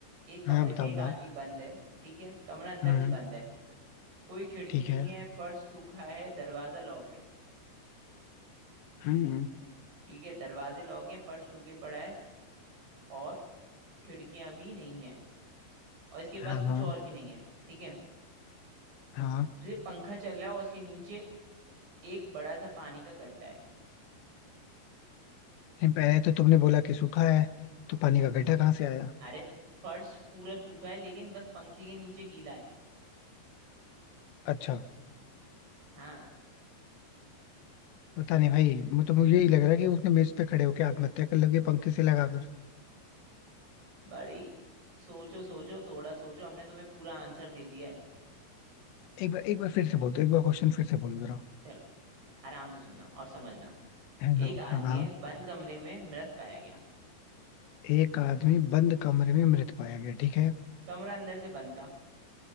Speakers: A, on the right (about 65°); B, on the left (about 80°).
A: एक कमरे
B: हाँ बताओ
A: में एक
B: बताओ
A: आदमी बंद है ठीक है कमरा अंदर
B: हम्म
A: से बंद है कोई खिड़की
B: ठीक
A: नहीं
B: है
A: है फर्श सूखा है दरवाजा लॉक है
B: हम्म
A: ठीक है दरवाजे लॉक हैं फर्श सूखे पड़ा है और खिड़कियां भी नहीं है और इसके पास
B: हाँ
A: कुछ
B: हाँ
A: और भी नहीं है ठीक है
B: हाँ
A: सिर्फ पंखा चल रहा है और उसके नीचे एक बड़ा सा पानी का गड्ढा है
B: लेकिन पहले तो तुमने बोला कि सूखा है तो पानी का गड्ढा कहाँ से आया
A: अरे फर्श पूरा सूखा है लेकिन बस पंखे के नीचे गीला है
B: अच्छा
A: हाँ
B: पता नहीं भाई मुझे तो मुझे यही लग रहा है कि उसने मेज पे खड़े होके आत्महत्या कर लोगे पंखे से लगाकर
A: बड़ी सोचो सोचो थोड़ा सोचो हमने तुम्हें पूरा आंसर दे दिया है
B: एक बार एक बार फिर से बोल दो एक बार क्वेश्चन फिर से बोल दो जरा
A: चलो आराम से सुनना और समझना
B: है ना
A: एक आदमी
B: हाँ हाँ।
A: है बंद कमरे में मृत पाया गया
B: एक आदमी बंद कमरे में मृत पाया गया ठीक है
A: कमरा अंदर से बंद था